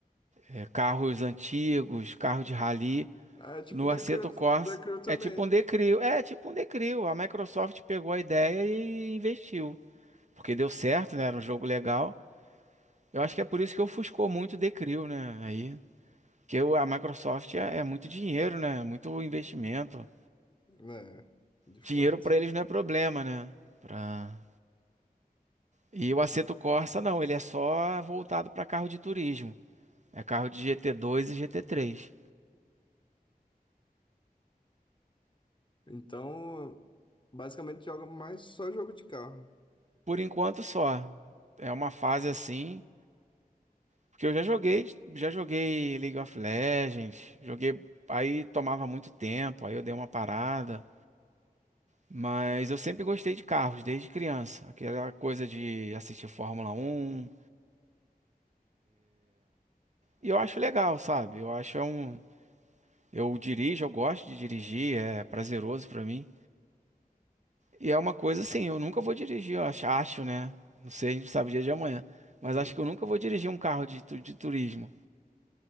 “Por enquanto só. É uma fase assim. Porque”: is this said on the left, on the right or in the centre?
Right